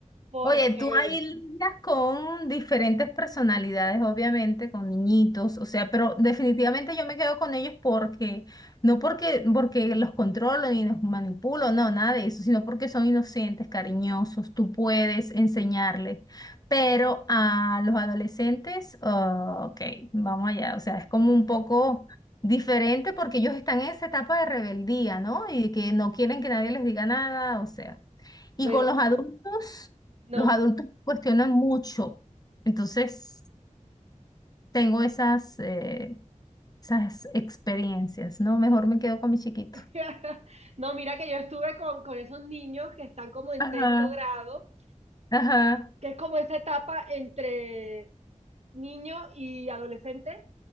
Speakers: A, on the right; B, on the left.
A: porque,
B: Oye, tú ahí lidias con diferentes personalidades, obviamente, con niñitos, o sea, pero definitivamente yo me quedo con ellos porque, no porque, porque los controlo ni los manipulo, no, nada de eso, sino porque son inocentes, cariñosos, tú puedes enseñarles. Pero a los adolescentes, ah, ok, vamos allá, o sea, es como un poco diferente porque ellos están en esa etapa de rebeldía, ¿no? Y que no quieren que nadie les diga nada, o sea. Y
A: bueno,
B: con los adultos.
A: no.
B: Los adultos cuestionan mucho, entonces tengo esas, eh, esas experiencias, ¿no? Mejor me quedo con mi chiquito.
A: <laughs> no, mira que yo estuve con, con esos niños que están como en
B: Ajá.
A: sexto grado,
B: Ajá,
A: que es como esa etapa entre niño y adolescente